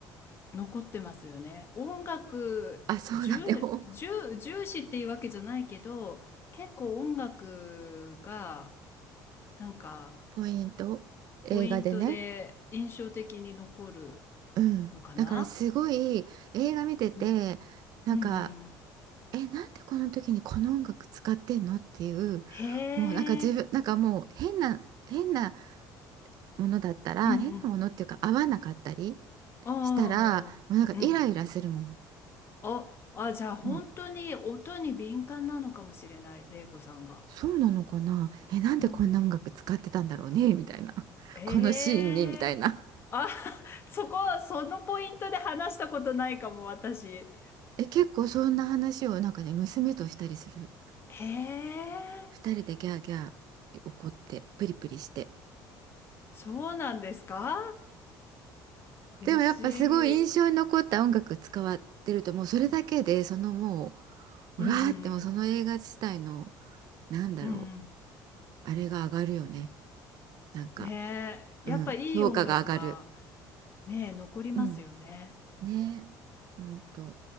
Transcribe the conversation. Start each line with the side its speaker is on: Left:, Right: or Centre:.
Left: 残ってますよね。音楽重、
Right: あ、そうだね。<laughs> お
Left: 重、重視っていうわけじゃないけど、結構音楽がなんか
Right: ポイント。映画でね。
Left: ポイントで印象的に残る
Right: うん。
Left: のかな
Right: だからすごい映画見てて、
Left: うん
Right: なんか
Left: うんうん。
Right: え、なんでこの時にこの音楽使ってんのっていう、
Left: へ
Right: もうなんか自分、
Left: え。
Right: なんかもう変な、変なものだったら、
Left: うんうん。
Right: 変なものっていうか合わなかったり
Left: ああ、
Right: したら、もうなんかイライラするもん。
Left: うん。あ、あ、じゃあ本当に音に敏感なのかもしれない、
Right: もう、
Left: 玲子さんが。
Right: そうなのかなえ、なんでこんな音楽使ってたんだろうねみたいな。
Left: うん。
Right: <laughs>
Left: ええあ、
Right: このシーンに、みたいな。
Left: <laughs> そこ、そのポイントで話したことないかも、私。
Right: え、結構そんな話をなんかね、娘としたりする。
Left: ええ
Right: 二人でギャーギャー怒って、プリプリして。
Left: そうなんですか不思議。
Right: でもやっぱすごい印象に残った音楽使わってるともうそれだけでそのもううわーってもうその映画自体の
Left: うんうん
Right: なんだろ
Left: うん。うんうん。
Right: うあれが上がるよねなんか
Left: ねえ、
Right: うん評価が上がる
Left: やっぱいい音楽は、ねえ、残りますよね。
Right: うんねえほんと